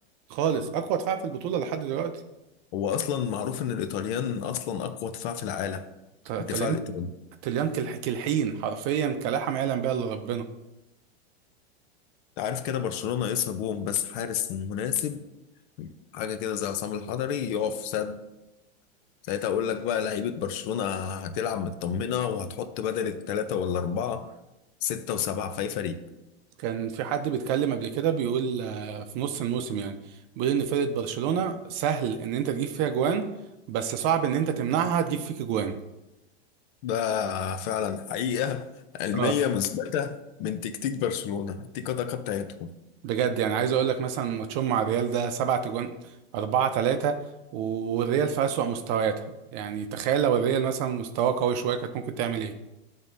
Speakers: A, on the right; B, on the left.
A: خالص اقوى دفاع في البطوله لحد دلوقتي
B: هو اصلا معروف ان الايطاليان اصلا اقوى دفاع في العالم
A: ط- طليان
B: الدفاع الايطالي
A: طليان كالح- كالحين حرفيا كلحم يعلم بها الا ربنا
B: عارف كده برشلونة ناقصها جون بس حارس مناسب حاجة كده زي عصام الحضري يقف سد ساعتها أقول لك بقى لعيبة برشلونة هتلعب مطمنة وهتحط بدل التلاتة ولا أربعة ستة وسبعة في أي فريق
A: كان في حد بيتكلم قبل كده بيقول آه، في نص الموسم يعني بيقول ان فرقة برشلونة سهل ان انت تجيب فيها جوان بس صعب ان انت تمنعها تجيب فيك جوان
B: ده فعلا حقيقة علمية
A: اه
B: مثبتة من تكتيك برشلونة تيكا تاكا بتاعتهم
A: بجد يعني عايز اقول لك مثلا ماتشهم مع الريال ده سبعة جوان أربعة تلاتة والريال في أسوأ مستوياتها يعني تخيل لو الريال مثلا مستواه قوي شوية كانت ممكن تعمل ايه